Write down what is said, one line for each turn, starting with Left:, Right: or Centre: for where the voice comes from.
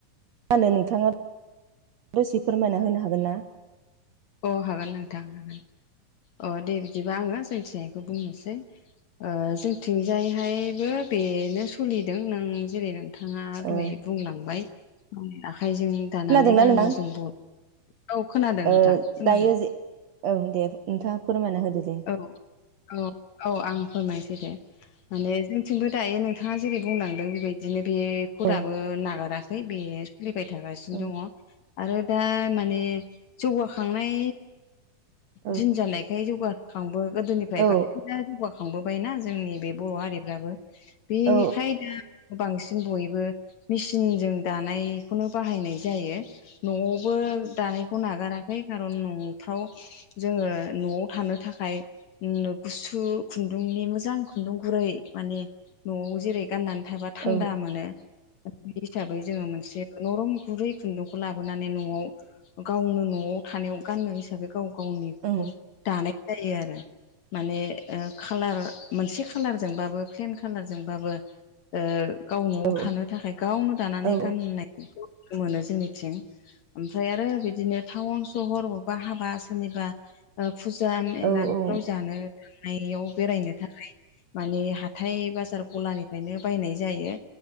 Right: गानो नोंथाङा दसे फोरमायना होनो हागोन ना
Left: औ हागोन नोंथां हागोन औ दे बिदिबा आङो जोंथिजायखौ बुंनोसै ओ जोंथिंजायहायबो बेनो सलिदों नों जेरै नों थाङा
Right: ओ
Left: दहाय बुंलांबाय गावनि आखाइजों दानानै
Right: खोनादोंना
Left: गानो
Right: नोंथां
Left: जों ब औ खोनादों
Right: ओ
Left: नोंथां खोनादों
Right: दायो जे औ दे नोंथाङा फोरमायना होदो दे
Left: औ औ औ आं फोरमायसै दे माने जोंथिंबो दायो नोंथाङा जेरै बुंलांदों बेबायद बिदिनो बे खराबो
Right: औ
Left: नागाराखै बे सोलिबाय थागासिनो
Right: ओं
Left: दङ आरो दा माने जौगाखांनाय
Right: औ
Left: दिन जानायखाय जौगा खांबो गोदोनिफ्राय
Right: औ
Left: बांसिना जौगाखांबोबायना जोंनि बे बर' हारिफ्राबो बेखाय
Right: औ
Left: दा बांसिन बयबो मिसिनजों दानायखौनो बाहायनाय जायो न'आवबो दानायखौ नागाराखै खारन न'फ्राव जोङो न'आव थानो थाख फाय उ गुसु खुन्दुंनि मोजां खुन्दुं गुरै माने न'आव जेरै गाननानै थाबा थान्दा
Right: औ
Left: मोनो। बे हिसाबै जोङो मोनसे नरम गुरै खुन्दुंखौ लाबोनानै न'आव गावनो न'आव थानायाव गाननो हिसाबै गाव गावनिखौ
Right: ओं
Left: दानाय जायो आरो। माने खालार मोनसे खालारजोंबाबो प्लेन खाालारजोंबाबो ओ गाव न'आव
Right: औ
Left: थानो थाखाय गावनो दानानै
Right: औ
Left: गाननायखौ मोनो जोंनिथिं। ओमफ्राय आरो बिदिनो टाउन सहर बबेबा हाबा सोरनिबा फुज फुजा मेलाफ्राव
Right: औ ओं
Left: जानो थांनायाव बेरायनो थाखाय माने हाथाय बाजार गलानिफ्रायनो बायनाय जायो